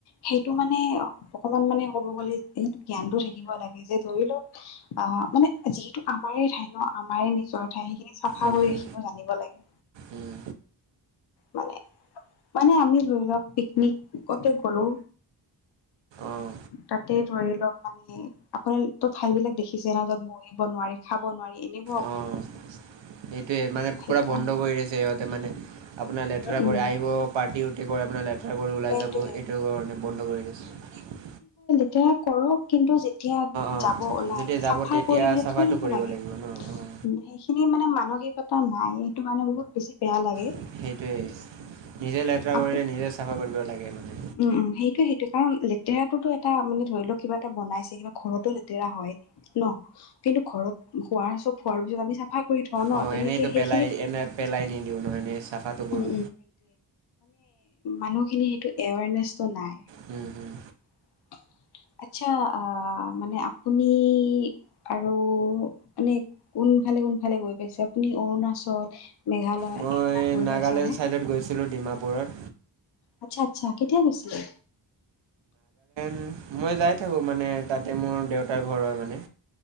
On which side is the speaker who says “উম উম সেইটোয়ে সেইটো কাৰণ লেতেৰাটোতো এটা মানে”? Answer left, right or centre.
Left